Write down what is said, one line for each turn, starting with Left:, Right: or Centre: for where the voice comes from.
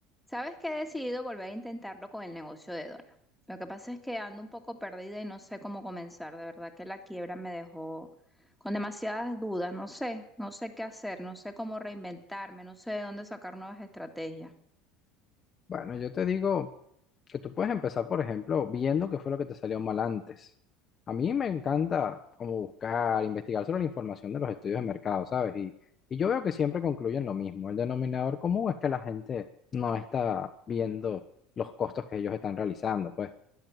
Centre: Sabes que he decidido volver a intentarlo con el negocio de Dona. Lo que pasa es que ando un poco perdida y no sé cómo comenzar. De verdad que la quiebra me dejó con demasiadas dudas. No sé, no sé qué hacer, no sé cómo reinventarme, no sé de dónde sacar nuevas estrategias.
Left: Bueno, yo te digo que tú puedes empezar, por ejemplo, viendo qué fue lo que te salió mal antes. A mí me encanta como buscar, investigar sobre la información de los estudios de mercado, ¿sabes? Y, y yo veo que siempre concluyen lo mismo. El denominador común es que la gente no está viendo los costos que ellos están realizando, pues.